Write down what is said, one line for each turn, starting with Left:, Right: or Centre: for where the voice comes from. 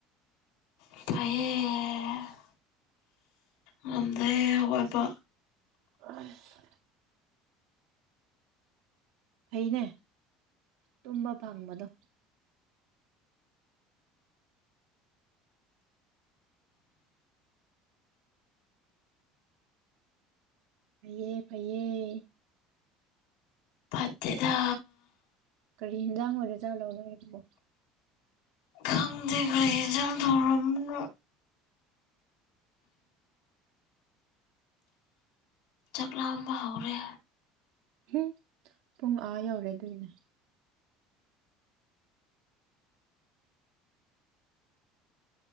Left: ꯐꯩꯌꯦ ꯉꯝꯗꯦ <unintelligible> ꯍꯧꯒꯠꯄ
Right: ꯑꯁ ꯐꯩꯅꯦ ꯇꯨꯝꯕ ꯐꯪꯕꯗꯣ ꯐꯩꯌꯦ ꯐꯩꯩꯌꯦ
Left: ꯐꯠꯇꯦꯗ
Right: ꯀꯔꯤ ꯍꯤꯟꯖꯥꯡ ꯑꯣꯢꯔꯖꯥꯠꯂꯣ ꯅꯣꯢꯒꯤꯗꯨꯕꯣ
Left: ꯈꯪꯗꯦ ꯀꯔꯤ ꯍ‌ꯦꯟꯖꯥꯡ ꯊꯣꯡꯔꯝꯕꯅ‌ꯣ ꯆꯥꯛ ꯂꯥꯝꯕ ꯍꯧꯔꯦ
Right: ꯍꯨꯝ ꯄꯨꯡ ꯑꯥ ꯌꯧꯔꯦ ꯑꯗꯨꯒꯤꯅꯦ